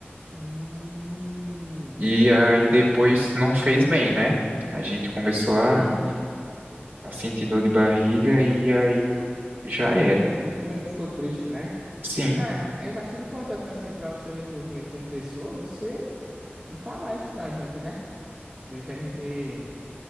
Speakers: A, on the right (about 30°); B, on the right (about 55°).
A: Hum,
B: E aí depois não fez bem, né? A gente começou a,
A: uhum.
B: a sentir dor de barriga e aí já era.
A: Meio que, meio que ficou triste, né?
B: Sim,
A: Cara, é bastante importante, assim, para o seu desenvolvimento como pessoa, você falar isso pra gente, né? Meio que a gente